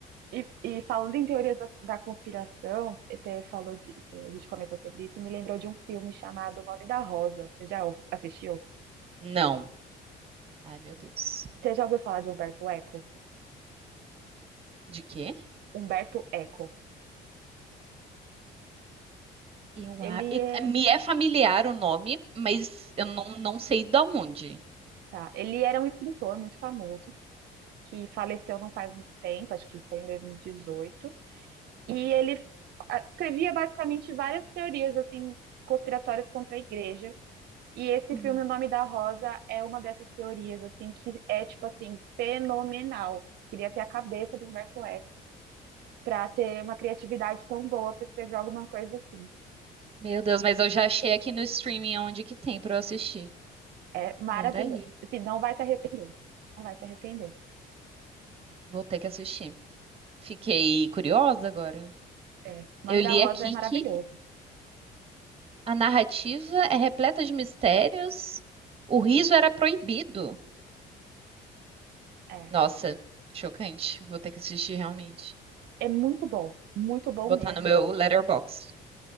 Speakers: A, on the right (about 75°); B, on the right (about 35°).
A: E, e falando em teorias da, da conspiração, você falou de, você- a gente comentou sobre isso, me lembrou de um filme chamado O Nome da Rosa. Você já os- assistiu?
B: Não. Ai, meu Deus.
A: Você já ouviu falar de Humberto Eco?
B: De quê?
A: Humberto Eco.
B: Eu,
A: Ele
B: a- e-
A: é.
B: me é familiar o nome, mas eu não, não sei da onde.
A: Tá. Ele era um escritor muito famoso, que faleceu não faz muito tempo, acho que foi em 2018. E dezoito. E ele ah, escrevia basicamente várias teorias assim conspiratórias contra a igreja. E esse
B: Uhum.
A: filme, O Nome da Rosa, é uma dessas teorias assim que é tipo assim fenomenal. Queria ter a cabeça do Humberto Eco para ter uma criatividade tão boa para escrever alguma coisa assim.
B: Meu Deus, mas eu já achei aqui no streaming onde que tem pra eu assistir.
A: É maravilhoso.
B: Peraí,
A: Assim, não vai se arrepender. Não vai se arrepender.
B: vou ter que assistir. Fiquei curiosa agora.
A: É. O
B: Eu
A: Nome
B: li
A: da Rosa
B: aqui
A: é maravilhoso.
B: que a narrativa é repleta de mistérios. O riso
A: Isso.
B: era proibido.
A: é
B: Nossa, chocante. Vou ter que assistir realmente.
A: é muito bom, muito bom
B: Botar
A: mesmo.
B: no meu Letterboxd.